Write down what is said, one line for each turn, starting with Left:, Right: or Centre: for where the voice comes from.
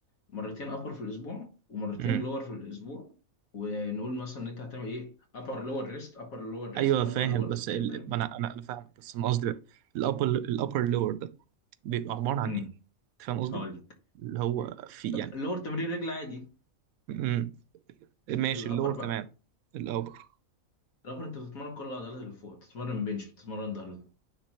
Left: مرتين ابر في الاسبوع ومرتين
Right: امم
Left: لور في الاسبوع ونقول مثلا ان انت هتعمل ايه ابر لور ريست ابر لور ريست
Right: ايوه فاهم
Left: ابر لور
Right: بس ال...
Left: كده فاهم
Right: ما انا انا انا فاهمك بس انا قصدي بقى الابر الابر لور ده بيبقى عباره عن
Left: امم
Right: ايه انت فاهم قصدي
Left: هقول لك
Right: اللي هو في يعني
Left: اللور تمرين رجل عادي
Right: امم ماشي
Left: الابر
Right: اللور
Left: بقى
Right: تمام الابر
Left: رابر انت بتتمرن كل العضلات اللي فوق بتتمرن بنش بتتمرن ظهر